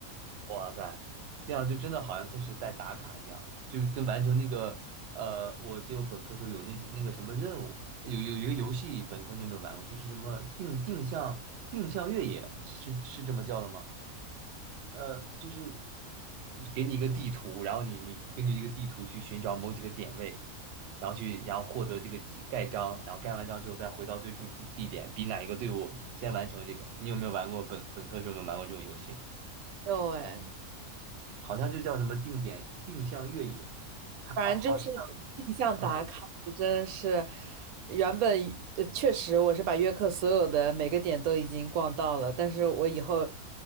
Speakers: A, on the right; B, on the right.
A: 哇塞，这样就真的好像才是在打卡一样，就跟完成那个呃，我就本科时候有那那个什么任务，有有一个游戏，本科你有没有玩过？就是什么定定向定向越野，是是这么叫的吗？呃，就是给你一个地图，然后你你根据这个地图去寻找某几个点位，然后去然后获得这个记盖章，然后盖完章之后再回到最初地地点，比哪一个队伍先完成这个。你有没有玩过本本科时候有没有玩过这种游戏？
B: 有哎，
A: 好像就叫什么定点定向越野，还啊好像
B: 反正就是定向打卡，
A: 嗯，
B: 我真的是原本呃确实我是把约克所有的每个点都已经逛到了，但是我以后